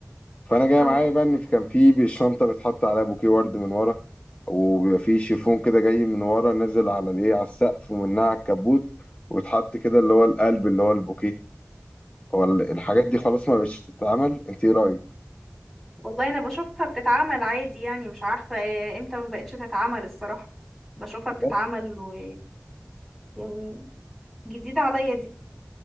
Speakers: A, on the left (about 25°); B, in the centre.
A: فانا جاي
B: اه
A: معايا بقى ان في- كان في بالشنطه بيتحط عليها بوكيه ورد من ورا وبيبقى في شيفون كده جاي من ورا نازل على الايه على السقف ومنها على الكبوت وبيتحط كده اللي هو القلب اللي هو البوكيه هو ال- الحاجات دي خلاص ما بقتش تتعمل انت ايه رايك
B: والله انا بشوفها بتتعمل عادي يعني مش عارفة امتى ما بقتش تتعمل الصراحة بشوفها
A: بجد
B: بتتعمل و يعني جديدة عليا دي